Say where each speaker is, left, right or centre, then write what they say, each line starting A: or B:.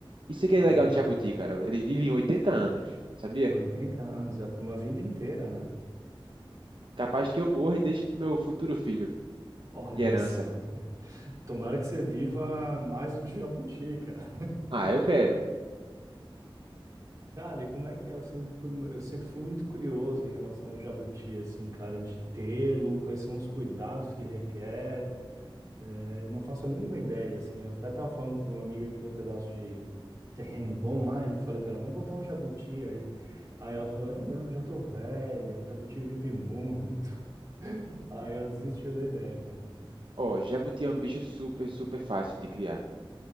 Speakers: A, on the right; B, on the right.
A: Isso é
B: veja,
A: que é legal de Jabuti, cara. Eles vivem 80 anos, sabia?
B: 80 anos, é pra uma vida inteira, né?
A: Capaz que eu morra e deixe pro meu futuro filho
B: Olha
A: de herança.
B: só. Tomara que você viva mais do que jabuti, cara.
A: Ah, eu quero.
B: Cara, e como é que é? Eu sempre fui, mu- eu sempre fui muito curioso em relação ao jabuti, assim, cara, de tê-lo, quais são os cuidados que requer. É, Eu não faço a mínima ideia, assim. Eu até tava falando para uma amiga que tem um pedaço de terreno bom lá, e falei para ela, vamos botar um jabuti aí. Aí ela falou, eu não, já tô velha, o jabuti vive muito. <laughs> Aí ela desistiu da ideia, cara.
A: Ó, jabuti é um bicho super, super fácil de criar.